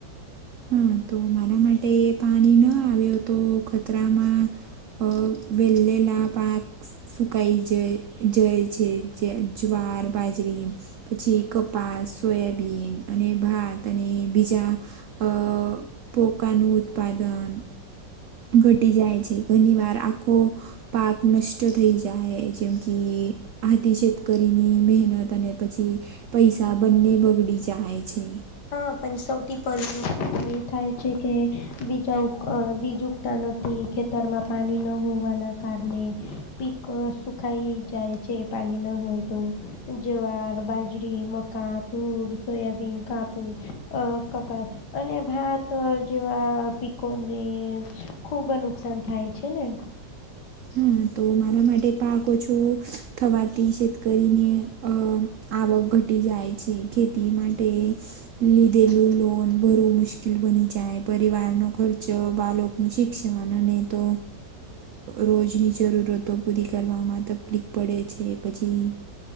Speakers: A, on the right (about 80°); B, on the left (about 70°).
A: હા તો મારા માટે પાણી ન આવ્યો તો ખતરામાં અ વેલે <unintelligible> ના પાક સુકાઈ જઈ જઈ છે જે જુંવાર બાજરી પછી કપાસ, સોયાબીન અને ભાત અને બીજા અ પોકનું ઉત્પાદન ઘટી જાય છે ઘણી વાર આ ખો પાક નષ્ટ થઈ જાય જેમ કે આથી <unintelligible> કરીને મહેનત અને પછી પૈસા બંને બગડી જાય છે.
B: હા પણ સૌથી પહેલા <unintelligible> એ થાય છે. કે બીજા બીજ ઉગતા નથી ખેતરમાં પાણી ન હોવાના કારણે પીક સુખાઈ જાય છે. પાણી ન હોય તો જુંવાર બાજરી મકાતૂર, સોયાબીન, કાપુ અ કપાસ અને ભાત જેવા પાકોને ખુબ નુકસાન થાય છે ને
A: હા તો મારા માટે પાક ઓછો થવાથી શતકરીને અ આવક ઘટી જાય છે ખેતી માટે લીધેલું લોન ભરવું મુશ્કેલ બની જાય પરિવારનો ખર્ચ બાળકનું શિક્ષણ અને તો રોજની જરૂરતો પૂરી કરવામાં તકલીફ પડે છે પછી